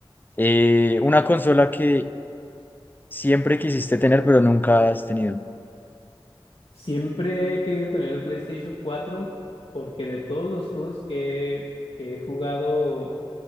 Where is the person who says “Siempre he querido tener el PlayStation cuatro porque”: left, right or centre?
Left